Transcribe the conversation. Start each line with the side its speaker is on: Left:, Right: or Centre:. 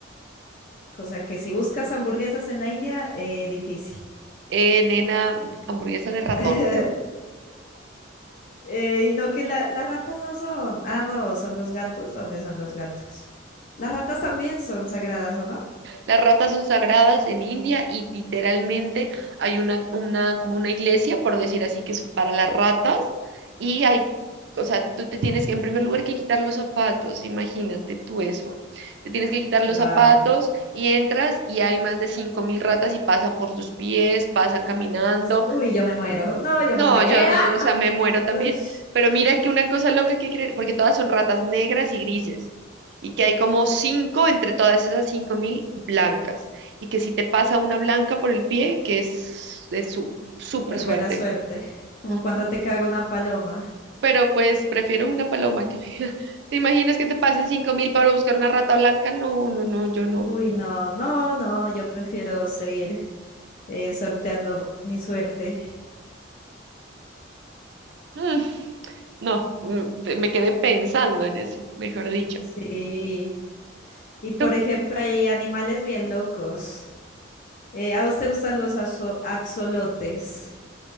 Left: Cosa que si buscas hamburguesas en la India, eh, difícil.
Right: Eh, nena, hamburguesa de ratón.
Left: <laughs> Eh, y no que la- las ratas no son. Ah, no, son los gatos. ¿Dónde son los gatos? Las ratas también son sagradas, ¿o no?
Right: Las ratas son sagradas en India y literalmente hay una, una, como una iglesia, por decir así, que es para las ratas y hay o sea, tú te tienes que, en primer lugar, que quitar los zapatos, imagínate tú eso. Te tienes que quitar
Left: Wow.
Right: los zapatos y entras y hay más de 5.000 ratas y pasan por tus pies, pasan caminando,
Left: Uy, yo me muero. No, yo
Right: no,
Left: me muero.
Right: yo, yo, o sea, me muero también.
Left: Ush,
Right: Pero mira que una cosa loca que creen, porque todas son ratas negras y grises, y que hay como cinco entre todas esas cinco mil blancas, y que si te pasa una blanca por el pie, que es, es su- súper
Left: súper
Right: suerte.
Left: buena suerte. Como
Right: Ujú.
Left: cuando te caga una paloma.
Right: Pero pues prefiero una paloma que <laughs> ¿Te imaginas que te pasen cinco mil para buscar una rata blanca? No, no, no, yo no.
Left: Uy, no, no, no. Yo prefiero seguir eh, sorteando mi suerte.
Right: Mm, no, mm, pe- me quedé pensando en eso, mejor dicho.
Left: Sí. Y por
Right: Tú,
Left: ejemplo, hay animales bien locos. Eh, ¿a vos te gustan los azo- axolotes?